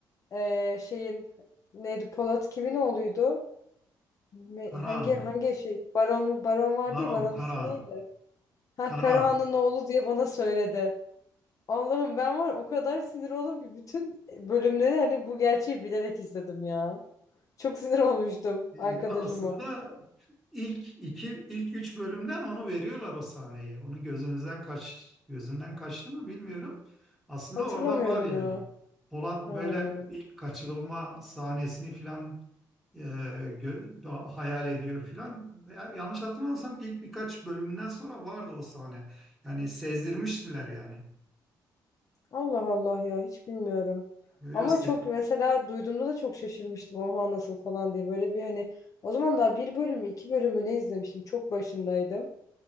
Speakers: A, on the left; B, in the centre.
A: Ee, şeyin neydi? Polat kimin oğluydu? Me-
B: Karahan,
A: Hangi hangi şey? Baron mu? Baron vardı
B: Baron
A: ya. Baron
B: Karahan,
A: ismi neydi? Ha
B: Karahan.
A: Karahan'ın oğlu diye bana söyledi. Allah'ım ben var o kadar sinir oldum ki bütün bölümleri hani bu gerçeği bilerek izledim ya. Çok sinir <laughs> olmuştum
B: Ee,
A: arkadaşıma.
B: aslında ilk iki, ilk üç bölümden onu veriyorlar o sahneyi. Onu gözünüzden kaç, gözünden kaçtı mı bilmiyorum. Aslında
A: Hatırlamıyorum
B: orada var yani.
A: ya.
B: Polat
A: Ha.
B: böyle ilk kaçırılma sahnesini filan e, gö- da- hayal ediyor filan. Veya Yanlış hatırlamıyorsam ilk birkaç bölümünden sonra vardı o sahne. Yani sezdirmiştiler yani.
A: Allah Allah ya hiç bilmiyorum.
B: Yo, yo,
A: Ama
B: se-
A: çok mesela duyduğumda da çok şaşırmıştım. Oha nasıl falan diye. Böyle bir hani o zaman daha bir bölümü iki bölümü ne izlemiştim. Çok başındaydım.